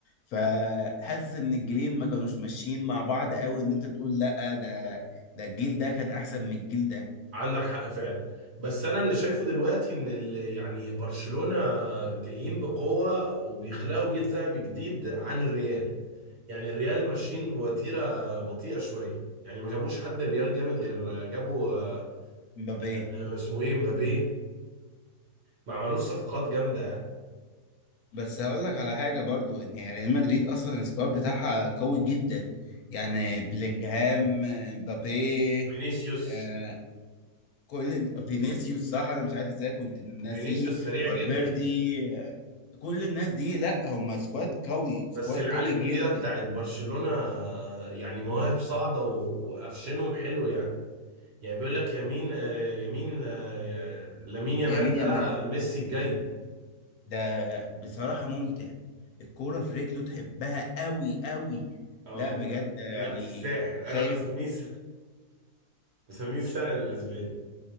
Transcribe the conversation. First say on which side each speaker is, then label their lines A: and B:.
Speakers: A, on the left; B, on the right.
A: فحاسس إن الجيلين ما كانوش ماشيين مع بعض قوي إن أنت تقول لأ ده ده الجيل ده كان أحسن من الجيل ده
B: عندك حق فعلا بس انا اللي شايفه دلوقتي ان ال- يعني برشلونة جايين بقوة وبيخلقوا جيل ذهبي جديد عن الريال يعني الريال ماشيين بوتيرة بطيئة شوية يعني ما جابوش حد الريال جامد غير جابوا آه،
A: مبابي
B: آه، اسمه ايه مبابي ما عملوش صفقات جامدة يعني
A: بس هقول لك على حاجه برضو ان هي ريال مدريد اصلا السكواد بتاعها قوي جدا يعني بلينجهام آه، مبابي
B: فينيسيوس
A: آه، كل فينيسيوس صح انا مش عارف ازاي كنت ناسيه
B: فينيسيوس سريع
A: فالفيردي
B: جدا
A: آه، كل الناس دي لا هم سكواد قوي سكواد
B: بس العيال
A: قوي
B: الجديدة
A: جدا
B: بتاعت برشلونة آه، يعني مواهب صاعدة و- وقفشنهم حلو يعني يعني بيقول لك يمين آه، يمين آه، لامين يامال
A: يمين
B: ده
A: يمال
B: ميسي الجاي
A: ده بصراحه ممتع الكوره في رجله تحبها قوي قوي
B: اه
A: لا بجد يعني
B: لا الساحر
A: شايف
B: انا بسميه س- بسميه الساحر الاسباني